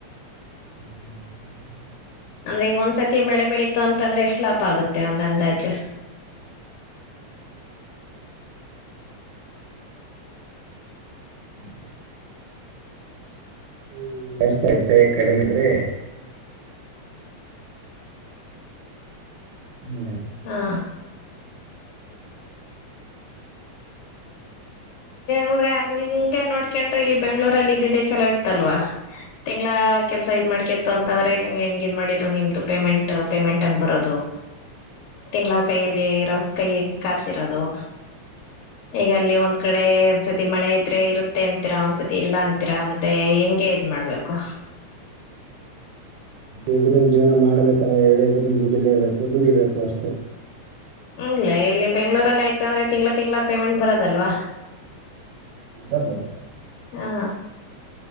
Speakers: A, on the right; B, on the left.
A: ಹ್ಮ್್ಮ
B: ಅಂದ್ರೆ ಈಗ ಒಂದ್ಸತಿ ಬೆಳೆ ಬೆಳೀಿತು ಅಂತಂದ್ರೆ ಎಷ್ಟು ಲಾಭ ಆಗುತ್ತೆ ಒಂದ್ ಅಂದಾಜು
A: ಹ್ಮ ಹ್ಮ ಜಾಸ್ ಆಯತತೆ ಕಡಿಮೆಿದ್ರೆ ಹ
B: ಹಾ ಂದ್ರೆ ಹಂಗಗೆ ನೋಡ್ಕೊಂಡ್ರಿ ಇಲ್ಲಿ ಬೆಂಗ್ಳೂರಲ್ಲಿ ಇದ್ದಿದ್ದೆ ಚಲೋ ಇತ್ತಲ್ವಾ ತಿಂಗಳ ಕೆಲ್ಸ ಇದ ಮಾಡ್ಕತ್ತ ಅಂತ ಅಂದ್ರೆ ನೀವ್ ಹೆಂಗ ಇದ್ ಮಾಡಿದ್ರು ನಿಮ್ದು ಪೇಮೆಂಟ್ ಪೇಮೆಂಟ್ ಹಂಗ್ ಬರೋದು ತಿಂಗಳ ಕೈಯಲ್ಲಿ ಇರೋ ಕೈಯ ಕಾಸಿರೋದು ಈಗ ಅಲ್ಲಿ ಒಂದು ಕಡೆ ಒಂದ್ಸತಿ ಮಳೆ ಇದ್ರೆ ಇರುತ್ತೆ ಅಂತೀರಾ ಒಂದ್ಸತಿ ಇಲ್ಲ ಅಂತೀರಾ ಮತ್ತೆ ಹೆಂಗೆ ಇದ್ ಮಾಡ್ಬೇಕು
A: ಎದಿದ್ರರು ಜೀವನ ಮಾಡ್ಬೇಕಲ್ಲ ಎಲ್ಲಿದ್ರೂ ದುಡಿಲೇಬೇಕು ದುಡಿಬೇಕು ಅಷ್ಟೇ
B: ಅಗಲೇ ಇಲ್ಲಿ ಬೆಂಗಳೂರಲ್ಲಿ ಆಯ್ತ್ ಅಂದ್ರೆ ತಿಂಗಳ ತಿಂಗಳ ಪೇಮೆಂಟ್ ಬರೋದಲ್ವಾ.
A: <unintelligible>
B: ಹಾ